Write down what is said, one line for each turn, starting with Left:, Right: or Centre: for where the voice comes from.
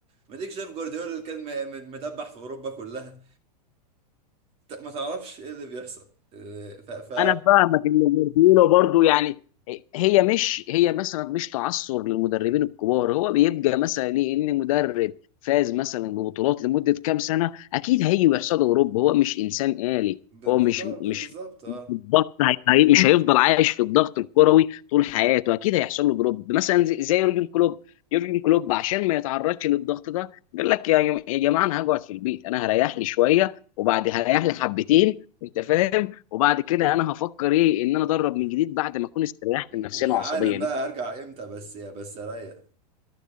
Right: ما ديك شايف جوارديولا اللي كان م- م- مدبح في اوروبا كلها ما تعرفش ايه اللي بيحصل إيه، ف ف
Left: انا فاهمك اللي جوارديولا برضو يعني هي مش هي مثلا مش تعثر للمدربين الكبار هو بيبقى مثلا ايه ان مدرب فاز مثلا ببطولات لمده كام سنه اكيد هيجي ويحصد اوروبا هو مش انسان آلي
Right: ب-
Left: هو
Right: بالط-
Left: مش مش
Right: ب- بالظبط اه
Left: مش الضغط هي- هي- مش هيفضل عايش في الضغط الكروي طول حياته اكيد هيحصل له دروب مثلا زي زي يورجن كلوب يورجن كلوب عشان ما يتعرضش للضغط ده قال لك يا يا جماعه انا هقعد في البيت انا هريح لي شويه وبعد هريح لي حبتين انت فاهم وبعد كده انا هفكر ايه ان انا ادرب
Right: مم.
Left: من جديد بعد ما اكون استريحت نفسيا
Right: ويا
Left: وعصبيا
Right: عالم بقى هرجع امتى بس يا بس اريح